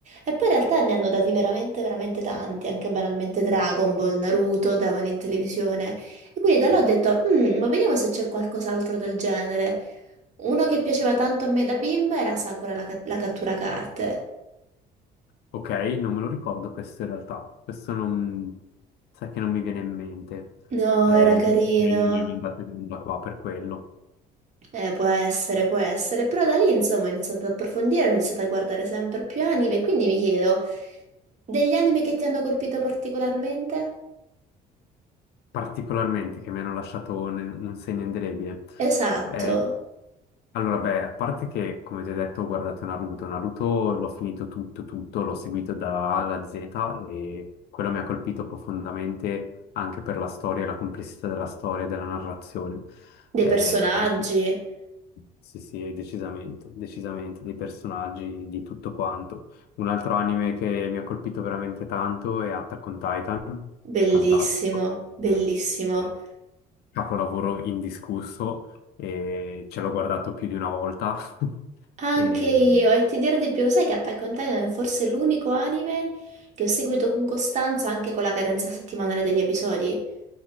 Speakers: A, on the right; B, on the left.
A: E poi in realtà ne hanno dati veramente, veramente tanti, anche banalmente Dragon Ball, Naruto, davano in televisione. E quindi da là
B: sì.
A: ho detto, "Mm, ma vediamo se c'è qualcos'altro del genere. Uno che piaceva tanto a me da bimba era Sakura la, ca- la cattura carte.
B: Ok, non me lo ricordo questo in realtà, questo non... sai che non mi viene in mente,
A: No,
B: eh,
A: era carino.
B: non mi è andato in onda qua per quello.
A: Eh, può essere, può essere, però da lì insomma ho iniziato ad approfondire, ho iniziato a guardare sempre più anime, e quindi mi chiedo, degli anime che ti hanno colpito particolarmente?
B: particolarmente che mi hanno lasciato un, un segno indelebile.
A: Esatto,
B: Mm. Eh, allora, beh, a parte che, come ti ho detto, ho guardato Naruto. Naruto l'ho finito tutto, tutto, l'ho seguito da A alla Z e quello mi ha colpito profondamente anche per la storia, la complessità della storia e della narrazione.
A: dei
B: Eh,
A: personaggi,
B: sì, sì, decisamente, decisamente, dei personaggi, di tutto quanto. Un altro anime che mi ha colpito veramente tanto è Attack on Titan,
A: bellissimo,
B: fantastico
A: bellissimo.
B: eh, capolavoro indiscusso, e ce l'ho guardato più di una volta <laughs>
A: Anche
B: e,
A: io, e ti dirò di più, sai che Attack on Titan è forse l'unico anime che ho seguito con costanza anche con la cadenza settimanale degli episodi.